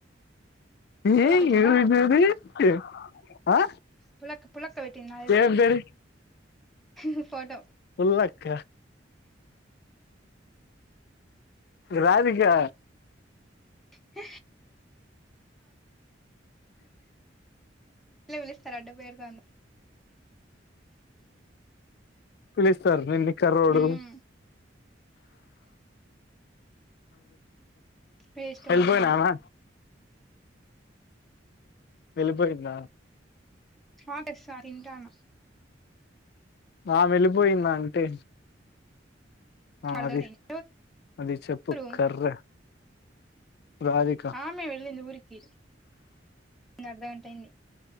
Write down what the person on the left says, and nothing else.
ఏ
ఇవరు ఇరి ఆ.
ఏం పేరు
పుల్లక్క. రాది గా
పిలుస్తారు ఇని కర్రోడు.
ఎల్పోయినద
ఆమె వేళ్ళిపోయింద.
ఆ వెళ్ళిపోయింద అంటే. ఆ
అది
అది చెప్పు
కర్ర. రాధిక